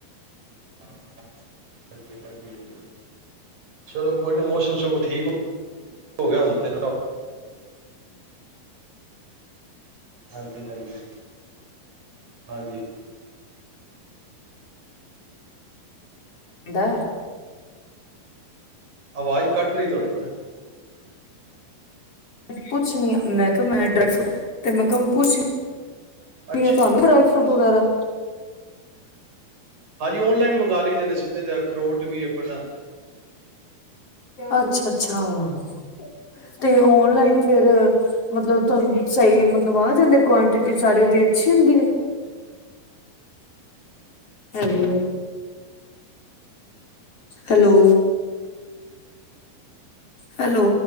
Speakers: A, on the right; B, on the left.
A: ਹਾਂ, ਹਜੀ -ਹਾਂਜੀ -ਹਾਂਜੀ ਚਲੋ ਕੋਈ ਨਾ ਮੌਸਮ ਸਗੋਂ ਠੀਕ, ਹੋ ਹੋ ਗਿਆ ਹੁਣ ਤੇ ਹਾਂਜੀ -ਹਾਂਜੀ -ਹਾਂਜੀ।
B: ਦਾ
A: ਆਵਾਜ਼ ਕੱਟ ਰਹੀ ਤੁਹਾਡੀ ਤਾਂ
B: ਪੁੱਛ ਨ ਮੈਂ ਕਿਹਾ ਮੈਂ ਦਸ ਤੇ ਮੈਂ ਕਿਹਾ ਪੁੱਛ ਨ
A: ਅੱਛਾ
B: ਤੁਹਾਨੂੰ ਫੂਟ ਵਗੈਰਾ
A: ਹਾਂਜੀ ਓਨਲਾਈਨ ਮੰਗਵਾ ਲਈ ਦੇ ਨੇ ਸੀਧੇ ਜ ਅਖਰੋਟ ਵੀ ਆਪ
B: ਅੱਛਾ- ਅੱਛਾ ਤੇ ਓਨ ਲਈਨ ਫਿਰ, ਮਤਲਬ ਤੁਾਨ ਸਹੀ ਮਤਲਬ ਆ ਜਾਂਦੇ ਕੁਟਿਟੀ ਸਾਰੀ ਓਦੀ ਅੱਛੀ ਹੰਦੀ। ਆਲੋ ਹੈਲੋ। ਹੈਲੋ।